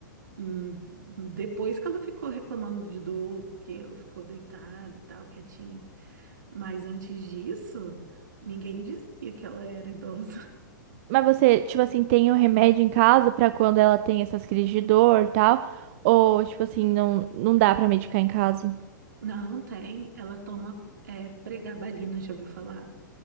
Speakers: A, on the right (about 70°); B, on the right (about 40°).
A: Hum, Depois que ela ficou reclamando de dor, que ela ficou deitada e tal, quietinha. Mas antes disso, ninguém dizia que ela era idosa.
B: Mas você, tipo assim, tem um remédio em casa pra quando ela tem essas crises de dor e tal? Ou, tipo assim, não, não dá pra medicar em casa?
A: <laughs> Não, tem. Ela toma é, pregabalina, já ouviu falar?